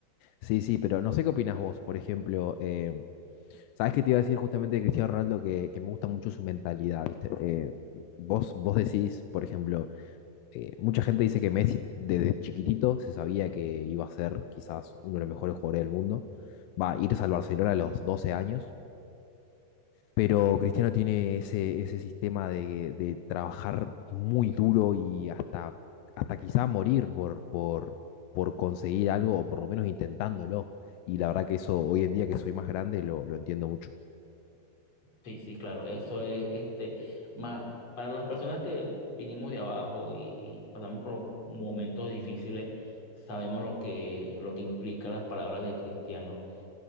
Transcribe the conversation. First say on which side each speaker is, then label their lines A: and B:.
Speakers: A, on the left; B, on the left.
A: Sí, sí, pero no sé qué opinás vos, por ejemplo. eh, ¿sabés qué te iba a decir justamente de Cristiano Ronaldo? Que, que me gusta mucho su mentalidad, ¿viste? Eh, vos, vos decís, por ejemplo, eh, mucha gente dice que Messi desde chiquitito se sabía que iba a ser quizás uno de los mejores jugadores del mundo. Va a irse al Barcelona a los doce años Pero Cristiano tiene ese, ese sistema de, de trabajar muy duro y hasta, hasta quizá morir por, por, por conseguir algo o por lo menos intentándolo. Y la verdad que eso hoy en día que soy más grande lo, lo entiendo mucho.
B: Sí, sí, claro, eso es este. Más, para las personas que vinimos de abajo y, y pasamos por momentos difíciles, sabemos lo que, lo que implica las palabras de cristiano.